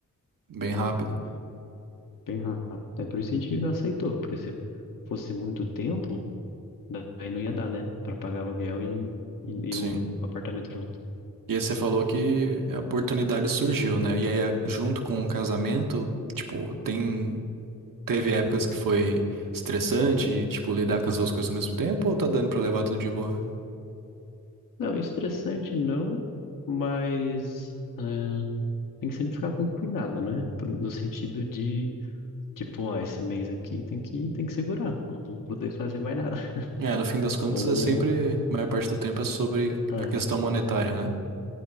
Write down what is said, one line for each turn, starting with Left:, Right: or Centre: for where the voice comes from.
Right: Bem rápido.
Left: Bem rápido. É por isso que a gente aceitou, porque se fosse muito tempo, daí não ia dar, né? Para pagar aluguel e, não, e, e
Right: Sim.
Left: o apartamento junto.
Right: E aí você falou que a oportunidade surgiu, né? E aí, eh, junto com o casamento, tipo, tem, teve épocas que foi estressante, tipo, lidar com as duas coisas ao mesmo tempo, ou tá dando pra levar tudo de boa?
Left: Não, estressante não, mas é, tem que sempre ficar com cuidado, né? No sentido de, tipo, ó, esse mês aqui tem que, tem que segurar, não vamos poder fazer mais nada. <laughs>
Right: É, no fim das contas,
Left: Ou.
Right: é sempre, a maior parte do tempo é sobre
Left: ah,
Right: a questão monetária, né?